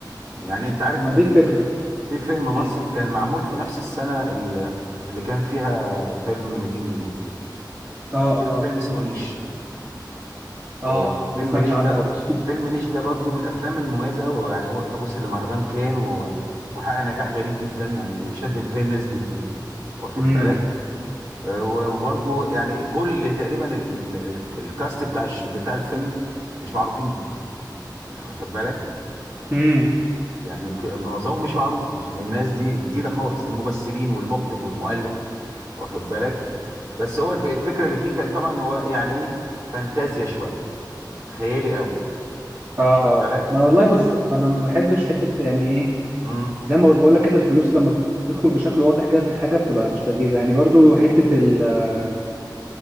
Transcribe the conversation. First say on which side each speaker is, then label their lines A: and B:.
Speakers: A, on the right; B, on the right.
A: يعني انت عارف
B: ما
A: ان
B: دي
A: في
B: الفكرة
A: في فيلم مصري
B: امم
A: كان معمول في نفس السنه ال- اللي كان فيها فيلم 200 جنيه
B: اه اه
A: فيلم اسمه ريش
B: اه
A: آه، فيلم
B: ما سمعتش
A: ريش
B: عنه
A: ده
B: برضو
A: فيلم ريش ده برضو من الافلام المميزه قوي يعني هو- بص اللي مهرجان كان و- وحقق نجاح غريب جدا يعني شد انتباه الناس جدا واخد
B: <laughs>
A: بالك آه، وبرضو يعني كل تقريبا ال- ال- ال- الكاست بتاع الش- بتاع الفيلم مش معروفين يعني واخد بالك
B: امم
A: يعني ك- معظمهم مش معروف مش الناس دي جديده خالص الممثلين والمخرج والمؤلف واخد بالك بس هو الف- الفكره اللي فيه كان طبعا هو يعني ايه فانتازيا شويه خيالي قوي واخد
B: اه اه
A: بالك
B: ما انا والله بص انا ما بحبش حته يعني ايه
A: مم.
B: زي ما بقول لك كده الفلوس لما تدخل بشكل واضح كده في الحاجه بتبقى مش لذيذه يعني برضو حته ال- آه،